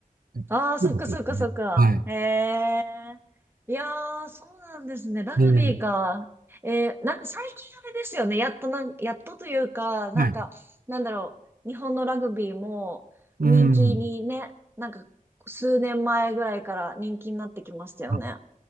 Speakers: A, on the right; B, on the right.
A: 15ですね。
B: ああ、そっかそっかそっか。
A: はい。
B: ええいやー、そうなんですね。ラグビーか。
A: ねえね
B: えー、なんか最近あれですよね。やっとなん、やっとというか、なんか、
A: えはい。
B: なんだろう。日本のラグビーも人気にね、
A: うん。
B: なんか数年前ぐらいから人気になってきましたよね。
A: あ、